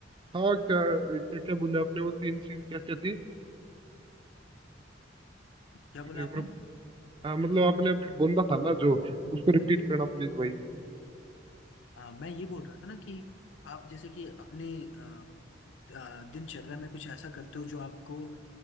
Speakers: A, on the right (about 25°); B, on the left (about 75°).
A: हाँ क्या क्या क्या बोले आपने वो तीन चीज क्या क्या थी
B: क्या बोला
A: एक
B: आपने
A: बार हाँ मतलब आपने अभी बोला था ना जो उसको रिपीट करना प्लीज भाई
B: आ, मैं ये बोल रहा था ना कि आप जैसे कि अपने अ, अ, दिनचर्या में कुछ ऐसा करते हो जो आपको